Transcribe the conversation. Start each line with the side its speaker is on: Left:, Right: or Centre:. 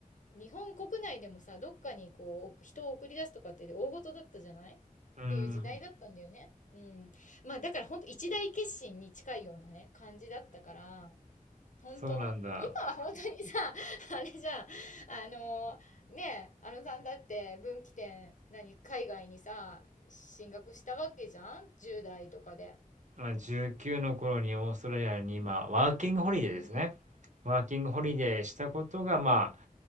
Left: 日本国内でもさ、どっかにこう、人を送り出すとかって大事だったじゃないっていう時代だったんだよね。
Right: うん。
Left: うん。まあだから本当一大決心に近いようなね、感じだったから、本当今は本当にさ、
Right: そうなんだ。
Left: <laughs> あれじゃん。あの、ねえ、あのさんだって分岐点、何、海外にさ、進学したわけじゃん ?10 代とかで。
Right: まあ、19の頃にオーストラリアに今、ワーキングホリデーですね。
Left: うん
Right: ワーキングホリデーしたことが、まあ、